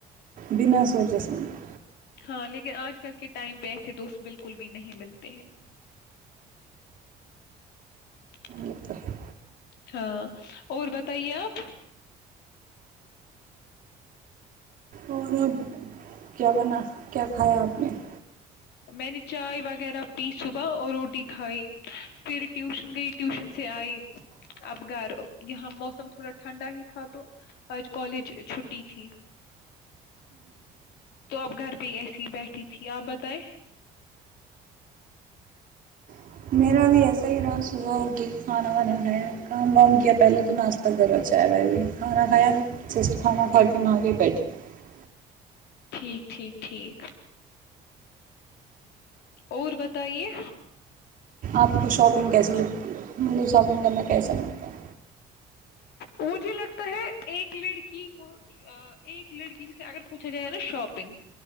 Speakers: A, on the right; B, on the left.
A: بنا سوچے سے <unintelligible>
B: ہاں لیکن آج کل کے ٹائم پہ ایسے دوست بالکل بھی نہیں ملتے ہیں <unintelligible>
A: یہ تو ہے
B: ہاں اور بتائیے آپ
A: اور اب کیا بنا کیا کھایا آپ نے <unintelligible>
B: میں نے چائے وغیرہ پی صبح اور روٹی کھائی پھر ٹیوشن گئی ٹیوشن سے آئی اب گھر یہاں موسم تھوڑا ٹھنڈا ہی تھا تو آج کالج چھٹی تھی تو آپ گھر پہ ہی ایسیے ہی بیٹھی تھی آپ بتائے
A: <unintelligible>
B: ٹھیک ٹھیک ٹھیک اور بتائیے
A: آپ کو شاپنگ کیسی لگتی ہے مطلب شاپنگ کرنا کیسا لگتا ہے
B: مجھے لگتا ہے ایک لڑکی کو ایک لڑکی سے اگر پوچھا جائے نا شاپنگ